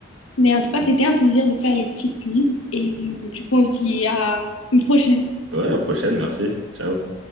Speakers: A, on the left; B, on the right.
A: Mais en tout cas, c'était un plaisir de faire le petit quiz et euh, du coup, on se dit à une prochaine.
B: Ouais, à la prochaine, merci. Ciao.